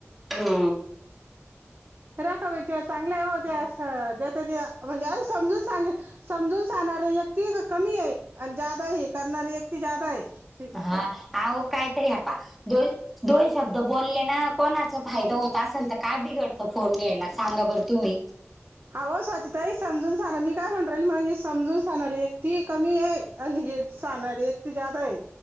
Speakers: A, in the centre; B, on the right.
A: हा! !
B: र का बैट चांगल्या होत्या, त्या ते म्हणजे समजून सांग समजून सांगणारी व्यक्ती कमी आहे. आणि, जादा हे करणारी व्यक्ती जादा आहे.
A: हा अहो कायतरी आप दोन दोन शब्द बोलले ना? कोणा! जर फायदा होत असल, तर काय बिघडतं फोन घ्यायला सांगा? बरं तुम्ही.
B: आहो स्वाती ताई समजून झाल. मी काय म्हणुन राहीली मी मग समजून सांगणार व्यक्ती कमी ये. आणि हेच सांगणारे व्यक्ती ज्यादा आहे.